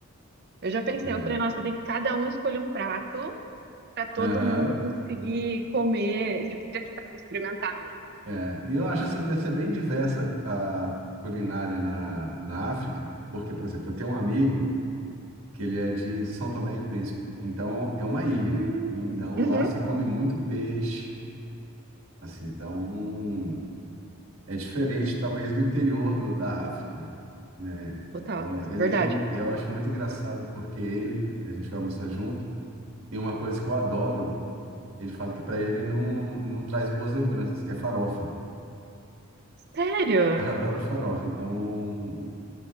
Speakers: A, on the right; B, on the right.
A: Eu já pensei,
B: É.
A: eu falei, nossa, tem que cada um escolher um prato. para todo
B: Aham.
A: mundo conseguir comer, tipo, testar, experimentar.
B: É, e eu acho assim que deve ser bem diversa a culinária na, na África, porque, por exemplo, eu tenho um amigo que ele é de São Tomé e Príncipe, então é uma ilha,
A: Hum,
B: então
A: uhum,
B: lá se come muito peixe, assim, então é diferente talvez do interior do, da África, né?
A: total,
B: Então ele,
A: verdade.
B: ele, eu acho muito engraçado porque ele, a gente vai almoçar junto, e uma coisa que eu adoro, ele fala que para ele não, não traz boas lembranças, que é farofa. <laughs>
A: Sério?
B: Eu adoro farofa, então